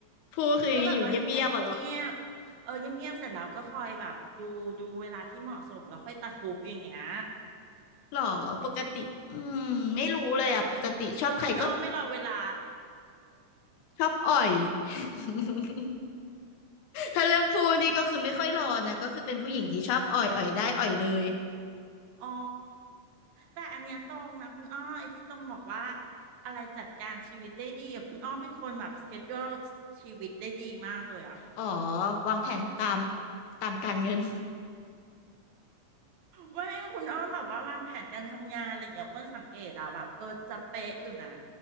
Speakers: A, on the left; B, on the right.
A: ผู้คือยังไงอยู่เงียบๆอะเหรอ
B: ก็แบบว่าเงียบเงียบเออเงียบเงียบเสร็จแล้วก็คอยแบบดูดูเวลาที่เหมาะสมแล้วค่อยตะครุบอย่างเงี้ย
A: หรอปกติอืมไม่รู้เลยอะปกติชอบใครก็
B: หรือหรือคุณอ้อไม่รอเวลา
A: ชอบอ่อย <laughs> ถ้าเรื่องพูดนี่ก็คือไม่ค่อยรอนะ ก็คือเป็นผู้หญิงที่ชอบอ่อย อ่อยได้ อ่อยเลย
B: อ๋อแต่อันเนี้ยตรงนะคุณอ้อไอ้ที่ตรงบอกว่าอะไรจัดการชีวิตได้ดีอะคุณอ้อเป็นคนแบบสเกจ u l e ชีวิตได้ดีมากเลยอ่ะ
A: อ๋อวางแผนตามตามการเงิน
B: ไม่คุณอ้อมแบบว่าวางแผนการทำงานอะไรอย่างเงี้ยอ้วนสังเกตอะแบบเออจะเป๊ะอยู่นะ